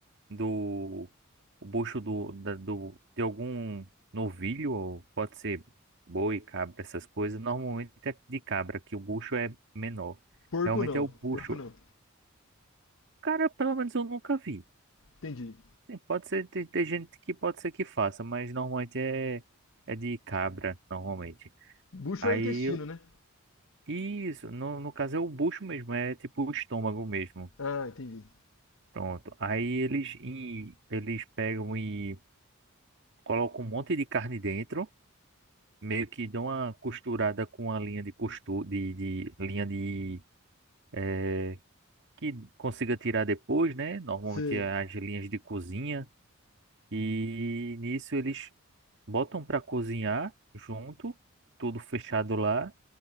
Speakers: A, on the right; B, on the left.
A: do o bucho do, da- do de algum novilho, ou pode ser boi, cabra, essas coisas. Normalmente é de cabra, que o bucho é menor.
B: Porco
A: Realmente
B: não,
A: é o bucho.
B: porco não.
A: Cara, pelo menos eu nunca vi.
B: Entendi.
A: Sim, Pode ser, tem, tem gente que pode ser que faça, mas normalmente é, é de cabra, normalmente.
B: Bucho
A: Aí,
B: é intestino,
A: eu-
B: né?
A: isso, no, no caso é o bucho mesmo, é tipo o estômago mesmo.
B: Ah, entendi.
A: Pronto. Aí eles, e, eles pegam e colocam um monte de carne dentro, meio que dão uma costurada com a linha de costura, de, de linha de. eh, que consiga tirar depois, né? Normalmente
B: Sei.
A: é as linhas de cozinha. E nisso eles botam para cozinhar junto, tudo fechado lá.